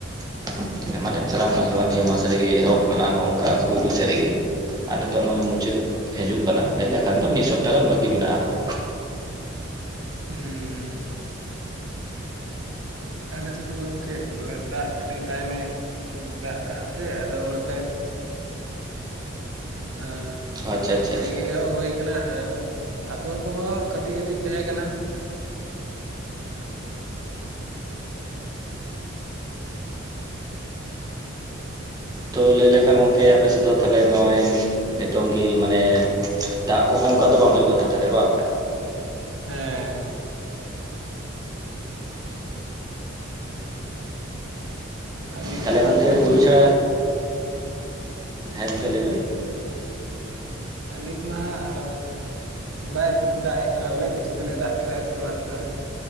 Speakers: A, on the right; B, on the right.
A: ᱾ ᱢᱟᱱᱮ ᱪᱟᱞᱟᱣ ᱢᱟᱥ ᱫᱚ ᱵᱟᱝ ᱱᱤᱭᱟᱹ ᱢᱟᱥ ᱨᱮᱜᱮ ᱮᱦᱚᱸᱵ ᱞᱮᱱᱟ ᱱᱚ ᱱᱚᱱᱠᱟ ᱯᱩᱭᱞᱩ ᱥᱮᱜ ᱨᱮᱜᱮ ᱾ ᱟᱨ ᱱᱤᱛᱚᱜ ᱱᱚᱜᱼᱚᱭ ᱢᱩᱪᱟᱹᱫ ᱦᱤᱡᱩᱜ ᱠᱟᱱᱟ ᱞᱟᱹᱭ ᱞᱮᱠᱷᱟᱱ ᱫᱚ ᱢᱤᱫ ᱥᱚᱯᱛᱟᱦᱟ ᱜᱟᱱ ᱵᱟᱹᱠᱤ ᱢᱮᱱᱟᱜᱼᱟ ᱾
B: ᱦᱩᱸ ᱾ ᱟᱞᱮ ᱥᱮᱫ ᱜᱚᱢᱠᱮ ᱵᱚᱞᱮ ᱫᱟᱜ ᱟᱹᱰᱤ ᱛᱟᱭᱚᱢ ᱮ ᱫᱟᱜ ᱠᱟᱜ ᱛᱮ ᱟᱫᱚ ᱚᱱᱟ ᱛᱮ ᱟᱸ
A: ᱟᱪᱪᱷᱟ ᱟᱪᱪᱷᱟ
B: ᱱᱮ
A: ᱟᱪᱪᱷᱟ
B: ᱜᱮ ᱮᱦᱚᱵ ᱦᱳᱭ ᱠᱟᱱᱟ ᱟᱨ ᱟᱯᱷᱚᱨ ᱠᱚᱦᱚᱸ ᱠᱟᱹᱴᱤᱡ ᱠᱟᱹᱴᱤᱡ ᱛᱟᱦᱮᱸ ᱠᱟᱱᱟ ᱾
A: ᱛᱚ ᱞᱟᱹᱭ ᱞᱮᱠᱷᱟᱱ ᱜᱚᱝᱠᱮ ᱟᱯᱮ ᱥᱮᱫ ᱫᱚ ᱛᱟᱦᱞᱮ ᱱᱚᱜᱼᱚᱭ ᱱᱤᱛᱚᱝ ᱜᱮ ᱢᱟᱱᱮ ᱫᱟᱜ ᱠᱚᱦᱚᱸ ᱚᱱᱠᱟ ᱫᱚ ᱵᱟᱝ ᱦᱩᱭᱩᱜ ᱠᱟᱱ ᱛᱟᱦᱚᱞᱮ ᱵᱟᱝ?
B: ᱦᱮᱸ ᱾ ᱟᱨ ᱱᱤᱛ
A: ᱛᱟᱦᱚᱞᱮ
B: ᱢᱟ
A: ᱜᱚᱝᱠᱮ
B: ᱠᱤᱪᱷᱩ
A: ᱦᱩᱲᱩ ᱪᱷᱟ, ᱦᱮᱸ ᱜᱚᱝᱠᱮ ᱞᱟᱹᱭ ᱵᱤᱱ ᱺ
B: <unintelligible> ᱟ ᱱᱤᱛ ᱢᱟ ᱦᱟᱸᱜ ᱵᱟᱭ ᱫᱟᱜ ᱮᱜ ᱠᱟᱱᱟ ᱵᱚᱞᱮ ᱠᱤᱪᱷᱩ ᱫᱤᱱᱮ ᱫᱟᱜ ᱠᱮᱫᱟ ᱩᱥᱠᱮ ᱵᱟᱫᱽ ᱛᱚ